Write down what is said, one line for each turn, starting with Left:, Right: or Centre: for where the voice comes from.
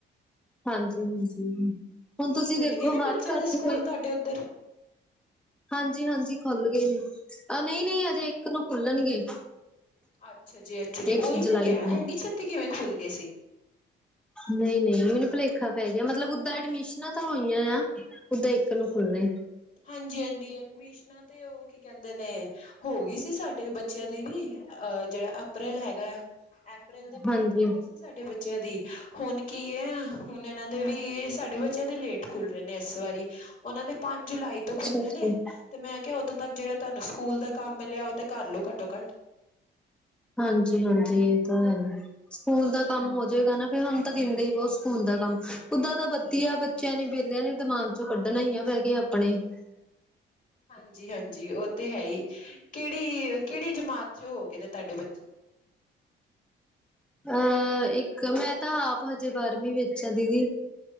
Centre: ਹਾਂਜੀ-ਹਾਂਜੀ ਹੁਣ ਤੁਸੀਂ
Left: ਖੁੱਲ
Centre: ਦੇਖੋ,
Left: ਗਏ ਨੇ
Centre: ਹਰ
Left: ਬੱਚਿਆਂ
Centre: ਘਰ
Left: ਦੇ
Centre: ਚ
Left: ਸਕੂਲ
Centre: ਕੋਈ
Left: ਤੁਹਾਡੇ ਉੱਧਰ?
Centre: ਹਾਂਜੀ- ਹਾਂਜੀ ਖੁੱਲ ਗਏ ਨੇ, ਨਈ-ਨਈ ਅਜੇ ਇੱਕ ਨੂੰ ਖੁੱਲਣਗੇ
Left: ਅੱਛਾਜੀ- ਅੱਛਾਜੀ
Centre: ਇੱਕ
Left: ਓਹੀ
Centre: ਜੁਲਾਈ
Left: ਮੈਂ ਕਿਹਾ
Centre: ਨੂੰ।
Left: ਇੰਨੀ ਛੇਤੀ ਕਿਵੇਂ ਖੁੱਲ ਗਏ ਸੀ।
Centre: ਨਹੀਂ-ਨਹੀਂ ਮੈਨੂੰ ਭੁਲੇਖਾ ਪੈ ਗਿਆ, ਮਤਲਬ ਓਦਾਂ ਐਡਮਿਸ਼ਨਾਂ ਤਾਂ, ਹੋਈਆਂ ਆ ਉਦੇ ਇੱਕ ਨੂੰ ਖੁੱਲਣੇ
Left: ਹਾਂਜੀ- ਹਾਂਜੀ ਐਡਮਿਸ਼ਨਾਂ ਤੇ, ਉਹ ਕੀ ਕਹਿੰਦੇ ਨੇ ਹੋ ਗਈ ਸੀ। ਸਾਡੇ ਬੱਚਿਆਂ ਦੀ ਵੀ, ਅਹ ਜਿਹੜਾ ਅਪ੍ਰੈਲ ਹੈਗਾ। ਅਪ੍ਰੈਲ ਦੇ ਮਹੀਨੇ
Centre: ਹਾਂਜੀ
Left: ਹੋ ਗਈ ਸੀ। ਸਾਡੇ ਬੱਚਿਆਂ ਦੀ ਹੁਣ ਕੀ ਐ, ਹੁਣ ਇਹਨਾਂ ਦੇ ਵੀ ਸਾਡੇ ਬੱਚਿਆਂ ਦੇ ਲੇਟ ਖੁੱਲ ਰਹੇ ਨੇ ਇਸ ਵਾਰੀ, ਉਹਨਾਂ ਦੇ ਪੰਜ ਜੁਲਾਈ
Centre: ਅੱਛਾ-ਅੱਛਾ
Left: ਤੋਂ ਖੁੱਲ੍ਹਣੇ ਨੇ ਤੇ ਮੈਂ ਕਿਹਾ ਉਦੋਂ ਤੱਕ ਜਿਹੜਾ ਤੁਹਾਨੂੰ ਸਕੂਲ ਦਾ ਕੰਮ ਮਿਲਿਆ ਉਹ ਤੇ ਕਰ ਲਓ ਘੱਟੋ-ਘੱਟ
Centre: ਹਾਂਜੀ ਹਾਂਜੀ ਇਹ ਤਾਂ ਹੈ, ਸਕੂਲ ਦਾ ਕੰਮ ਹੋਜਏਗਾ ਨਾ ਹੁਣ ਤਾਂ ਦਿੰਦੇ ਈ ਬਹੁਤ ਸਕੂਲ ਦਾ ਕੰਮ ਉੱਦਾਂ ਤਾਂ ਵਦੀਆ ਬੱਚਿਆਂ ਨੇ ਵਿਹਲਿਆਂ ਨੇ ਦਿਮਾਗ ਚੋਂ ਕੱਢਣਾ ਈ ਆ, ਬੈ ਕੇ ਆਪਣੇ <inaudible>
Left: ਹਾਂਜੀ ਹਾਂਜੀ। ਉਹ ਤੇ ਹੈ ਈ, ਕਿਹੜੀ-ਕਿਹੜੀ ਜਮਾਤ ਚ ਹੋ ਗਏ ਨੇ ਤੁਹਾਡੇ ਬੱਚੇ
Centre: ਅਹ ਇੱਕ ਮੈਂ ਤਾਂ ਆਪ ਹਜੇ ਬਾਰਵੀਂ ਵਿੱਚ ਆ ਦੀਦੀ।